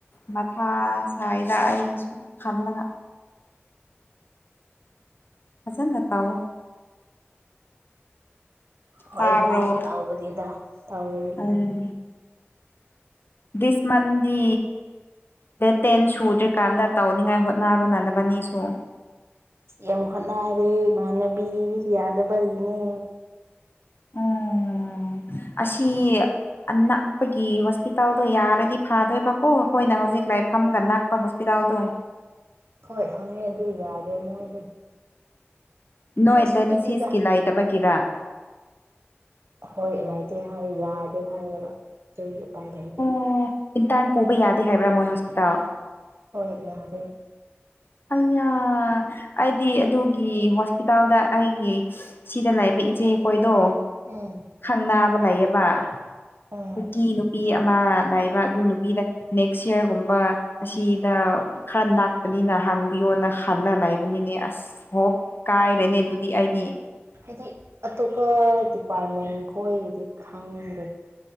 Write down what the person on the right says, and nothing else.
ꯍꯣꯏꯗ
ꯇꯧꯒꯅꯤꯗ ꯇꯧꯋꯤ
ꯌꯥꯝ ꯍꯣꯠꯅꯔꯦ ꯏꯃꯥꯟꯅꯕꯤ ꯌꯥꯗꯕꯒꯤꯅꯦ
ꯍꯣꯏ ꯍꯪꯉꯦ ꯑꯗꯨ ꯌꯥꯗꯦ ꯃꯣꯏꯗꯨ
ꯈꯔꯁꯨ
ꯄꯤꯛꯏꯗ
ꯍꯣꯏ ꯂꯩꯇꯦ ꯍꯥꯏ ꯌꯥꯗꯦ ꯍꯥꯏꯌꯦꯕ ꯑꯗꯨꯒꯤ ꯎꯄꯥꯏ ꯂꯩꯇꯦ
ꯍꯣꯏ ꯌꯥꯔꯦ꯫
ꯎꯝ
ꯎꯝ
ꯍꯥꯏꯗꯤ ꯑꯇꯣꯞꯄ ꯗꯤꯄꯥꯔꯠꯃꯦꯟꯈꯣꯏꯒꯤꯗꯤ ꯈꯪꯗꯦ꯫